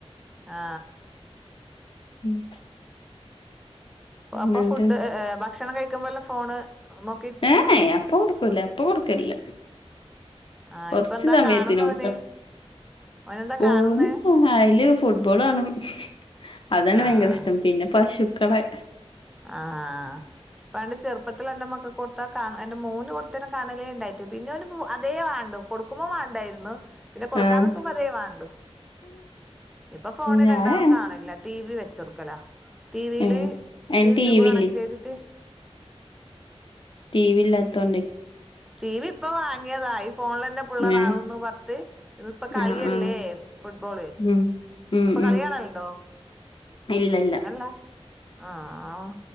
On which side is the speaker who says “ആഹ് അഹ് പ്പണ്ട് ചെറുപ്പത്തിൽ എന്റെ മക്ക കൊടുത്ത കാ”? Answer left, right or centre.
Centre